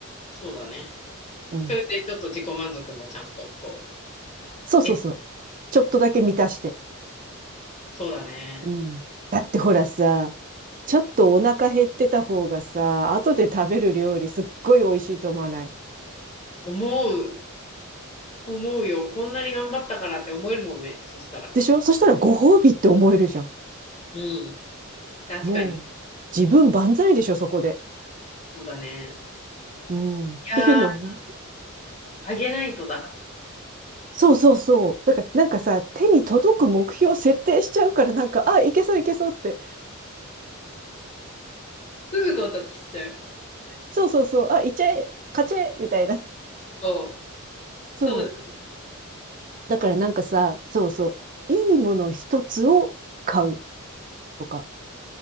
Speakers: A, on the left; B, on the right.
A: そうだね。
B: うん。
A: それでちょっと自己満足もちゃんとこ
B: そうそうそう。
A: う、え、
B: ちょっとだけ満たして。
A: そうだね。
B: うん。だってほらさ、ちょっとお腹減ってた方がさ、後で食べる料理すっごい美味しいと思わない
A: 思う思うよ。こんなに頑張ったからって思えるもんね。そしたら。
B: でしょそしたらご褒美って思えるじゃん。
A: うん。確かに。
B: もう、自分万歳でしょ、そこで。
A: そうだね。
B: うん。っていうの。
A: いやー、あげないとだ。
B: そうそうそう。だから、なんかさ、手に届く目標を設定しちゃうから、なんか、あ、いけそういけそうって。
A: すぐ到達しちゃう。
B: そうそうそう。あ、いっちゃえ、勝ちゃえ、みたいな。
A: そ
B: そう。
A: う。そうだ。
B: だからなんかさ、そうそう。いいもの一つを買うとか。